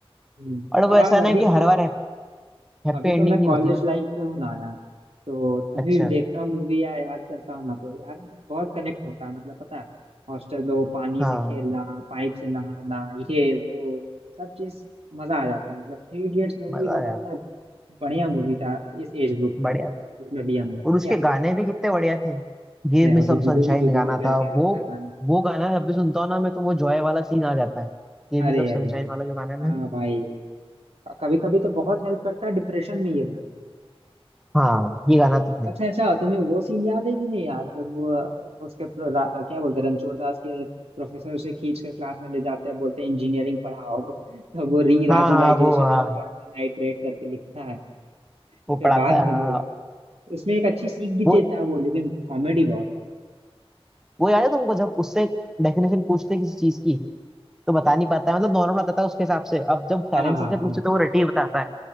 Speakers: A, on the right; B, in the centre.
A: हम्म,
B: और वो
A: और
B: ऐसा ना
A: अभी
B: कि
A: तो
B: हर बार हैप्पी
A: अभी
B: एंडिंग
A: तो मैं
B: नहीं
A: कॉलेज
B: होती ना
A: लाइफ पे हूँ ना यार तो कभी
B: अच्छा
A: भी देखता हूँ मूवी या याद करता हूँ ना तो यार बहुत कनेक्ट होता है मतलब पता है हॉस्टल में वो पानी
B: हाँ
A: से खेलना पाइप से नहाना ये वो सब चीज मजा आ जाता है मतलब three idiots movie
B: मजा
A: one
B: आया
A: of
B: था
A: the बढ़िया मूवी था इस एज ग्रुप के
B: बढ़िया
A: लिए जिसमें भी हम लोग
B: और उसके
A: क्या
B: गाने भी कितने बढ़िया थे गिव
A: अरे
B: मी
A: हाँ
B: सम
A: जुबिडू
B: सनशाइन
A: भी जुबिडू
B: गाना
A: करके
B: था वो
A: एक था गाना
B: वो गाना जब भी सुनता हूँ ना मैं तो वो जॉय वाला सीन आ जाता है गिव
A: अरे
B: मी सम सनशाइन
A: अरे अरे
B: वाला जो गाना है ना
A: हाँ भाई कभी कभी तो बहुत हेल्प करता है डिप्रेशन में ये गाना
B: हाँ ये गाना तो है
A: अच्छा अच्छा तुम्हें वो सीन याद है कि नहीं यार जब वो अ, उसके प्रो- रा- क्या बोलते हैं रणछोड़ दास के प्रोफेसर उसे खींच कर क्लास में ले जाते हैं बोलते हैं इंजीनियरिंग पढ़ाओ <laughs> तो वो री राजुलाइजेशन
B: हाँ हाँ वो हाँ
A: एंड फॉर्मलाइट्रेट करके लिखता है
B: वो
A: फिर
B: पढ़ाता
A: बाद
B: है
A: में
B: हाँ
A: बोल
B: हाँ।
A: उसमें एक अच्छी सीख भी
B: वो
A: देता है वो लेकिन कॉमेडी बहुत था
B: वो याद है तुमको जब उससे डेफिनेशन पूछते हैं किसी चीज की तो बता नहीं पाता है मतलब नॉर्मल बताता है उसके हिसाब से अब जब साइलेंस
A: हाँ हाँ
B: से पूछते
A: हाँ
B: तो वो रटी हुई बताता है